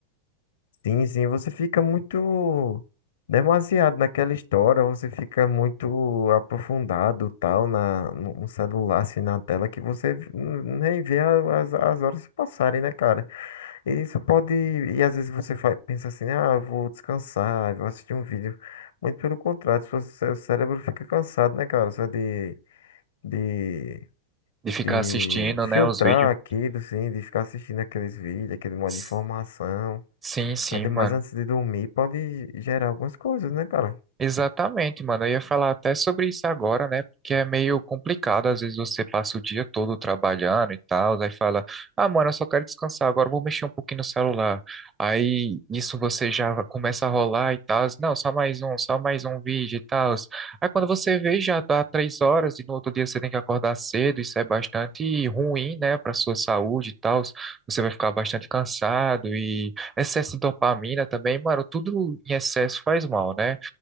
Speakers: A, on the left; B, on the right.
A: Sim, sim, você fica muito demasiado naquela história, você fica muito aprofundado tal na no no celular, assim, na tela que você n- nem vê a- as, as horas passarem, né, cara? E isso pode e às vezes você fa- pensa assim, ah, eu vou descansar, vou assistir um vídeo. Muito pelo contrário, seu, seu cérebro fica cansado, né, cara? Só de de
B: de ficar
A: de,
B: assistindo,
A: de
B: né,
A: filtrar
B: os vídeos?
A: aquilo, assim, de ficar assistindo aqueles vídeos, aquele modo
B: S-
A: de informação.
B: Sim, sim,
A: Ainda
B: mano.
A: mais antes de dormir, pode gerar algumas coisas, né, cara?
B: Exatamente, mano. Eu ia falar até sobre isso agora, né? Porque é meio complicado. Às vezes você passa o dia todo trabalhando e tal, aí fala: Ah, mano, eu só quero descansar, agora eu vou mexer um pouquinho no celular. Aí isso você já começa a rolar e tal. Não, só mais um, só mais um vídeo e tal. Aí quando você vê, já dá três horas e no outro dia você tem que acordar cedo. Isso é bastante ruim, né, para sua saúde e tal. Você vai ficar bastante cansado e excesso de dopamina também, mano. Tudo em excesso faz mal, né?